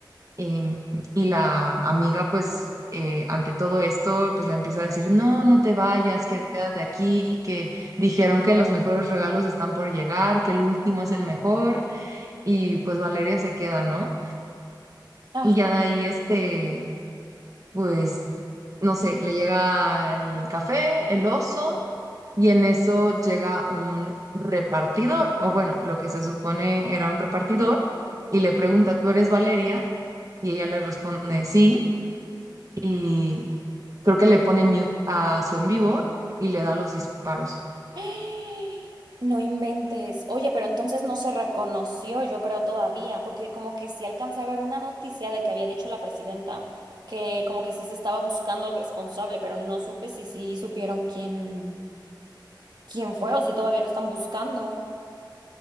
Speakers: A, on the right; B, on the right.
A: Em, y la amiga, pues, eh, ante todo esto, pues le empieza a decir, no, no te vayas, quédate aquí, que dijeron que los mejores regalos están por llegar, que el último es el mejor, y pues Valeria se queda, ¿no?
B: Ajá.
A: Y ya de ahí, este, pues, no sé, le llega el café, el oso, y en eso llega un repartidor, o bueno, lo que se supone era un repartidor, y le pregunta, ¿tú eres Valeria? Y ella le responde, sí. y creo que le pone mute a su en vivo y le da los disparos.
B: <gasps> No inventes. Oye, pero entonces no se reconoció, yo creo todavía, porque como que sí alcancé a ver una noticia de que había dicho la presidenta que como que sí se estaba buscando al responsable, pero no supe si sí supieron quién. quién fue o si todavía lo están buscando.